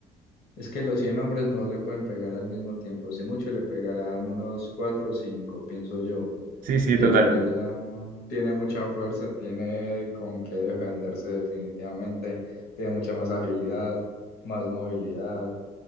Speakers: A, on the left; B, on the right.
A: Es que los 100 hombres no le pueden pegar al mismo tiempo. Si mucho le pegarán unos 4 o 5, pienso yo.
B: Sí, sí,
A: Y
B: total.
A: el gorila ah, tiene mucha fuerza, tiene con qué defenderse definitivamente, tiene mucha más agilidad, más movilidad.